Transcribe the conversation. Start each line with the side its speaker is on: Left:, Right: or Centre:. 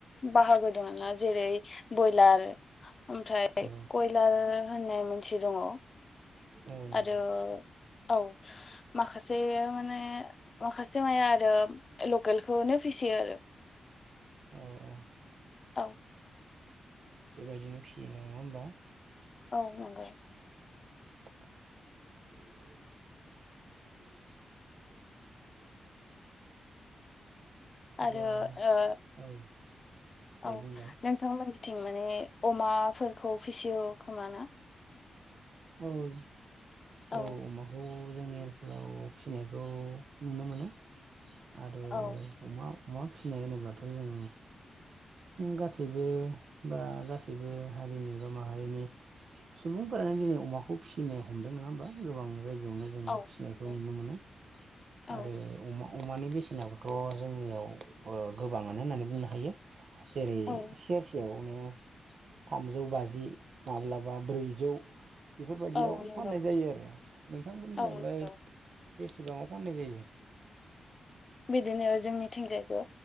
Left: बाहागो दंङोंना जेरै बयलार ओमफ्राय
Right: औ
Left: कयलार होननाय मोनसे दङ
Right: औ नंगौ
Left: आरो औ माखासे माने माखासे माया आरो लकेलखौनो फिसियो आरो <inaudible>
Right: औ औ
Left: औ
Right: बेबायदिनो फियो नङा होमबा
Left: औ नंगौ
Right: <inaudible> <inaudible> अब्ला
Left: आरो ओ
Right: औ दे
Left: औ
Right: बुंलाय
Left: नोंथांमोननिथिं माने अमाफोरखौ फिसियो खोमाना
Right: औ-औ
Left: औ
Right: अमाखौ जोंनि ओनसोलाव फिसिनायखौ नुनो मोनो आरो
Left: औ
Right: अमा अमा फिसिनाय होनोब्लाथ' जों गासैबो बा गासैबो हारिनि बा माहारिनि सुबुंफोरानो दिनै अमाखौ फिसिनो हमदों नङा होमबा गोबां जायगायाव नो जों
Left: औ
Right: फिसिनायखौ
Left: नंगौ
Right: नुनो
Left: औ
Right: आरो अमा <unintelligible> बासेनाबोथ' जोंनियाव ओ गोबाङानो होननानै बुंनो हायो जेरै
Left: औ
Right: सेरसेयावनो थामजौ बाजि माब्लाबा ब्रै जौ बेफोरबायदियाव
Left: औ नंगौ
Right: फाननाय जायो आरो नोंथांमोननियावलाय
Left: औ नंगौ
Right: बेसेबाङाव फाननाय जायो
Left: बिदिनो जोंनि थिंजायबो